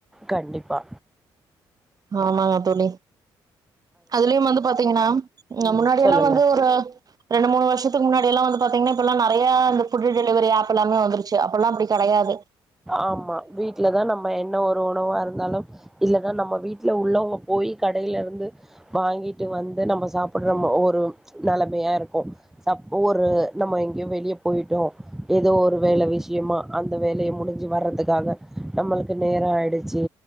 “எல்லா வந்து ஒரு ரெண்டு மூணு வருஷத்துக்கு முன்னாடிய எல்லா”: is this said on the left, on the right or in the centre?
Right